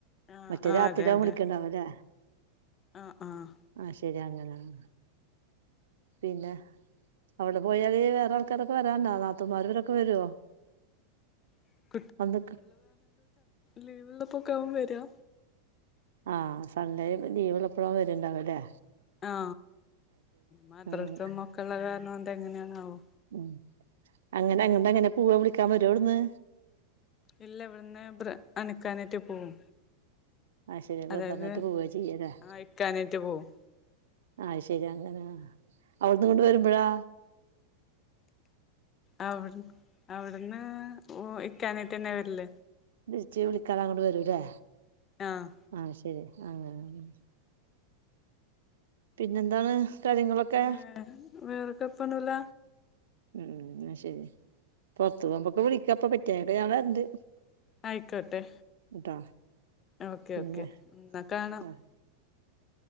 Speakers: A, on the left; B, on the right.
A: ആഹ്
B: മറ്റേ
A: ആഹ്
B: രാത്രിയാവുംവിളിക്കണ്ടാവല്ലേ
A: അതെ അതെ ആഹ് ആഹ്
B: ആ ശരി അങ്ങനെ ഉം. പിന്നെ അവിടെ പോയാൽവേറെ ആൾക്കാരൊക്കെ വരണ്ടനാത്മ മ് ക്കെ വരുവോ?
A: <unintelligible>
B: വന്ന്
A: ലീവള്ളപ്പൊ ഒക്കെ വരുക.
B: ആ സൺഡേ ലീവ് ഉള്ളപ്പോഴാ വരവ്ണ്ടാവല്ലേ?
A: ആ മദ്രസ്സേം
B: അങ്ങനെ
A: ഒക്കെ ഉള്ള കാരണം എന്ത എങ്ങനെയാണാവോ.
B: ഉം അങ്ങനെ അങ്ങഡാങ്ങനെ പൂവാ വിളിക്കാൻ വരോ അവിടുന്ന്?
A: ഇല്ല ഇവിടുന്ന് ബ്ര അണുക്കാനായിട്ട് പോവും.
B: ആഹ് ശരി ബ്രദറിനേറ്റ്
A: അതായത്
B: പോവാ ചെയ്യല്ലേ
A: ആ ഇക്കാനായിട്ട് പോവും.
B: ആ ശരി അങ്ങനെ അവിടുന്ന് ഇങ്ങോട് വരുമ്പോഴാ?
A: അ അവിടന്ന് ഓഇക്കാനായിട്ടെന്നെ വരൽ
B: തിരിച്ച് വിളിക്കാൻ അങ്ങോട്ട് വരൂല്ലേ
A: ആഹ്
B: ആ ശരി അങ്ങനെ പിന്നെന്താണ്? കാര്യങ്ങളൊക്കെ
A: ഏ വേറെക്കെപ്പൊന്നുല്ല.
B: ഉം ന്നാ ശരി പൊറത്തു പോകുമ്പോക്കെ വിളിക്ക അപ്പ പറ്റേക്കെ ഞാൻ വരണ്ട്.
A: ആയിക്കോട്ടെ
B: ട്ടോ
A: ഓക്കെ
B: പിന്നെ
A: ഓക്കെ ന്നാ കാണാം.
B: ആഹ്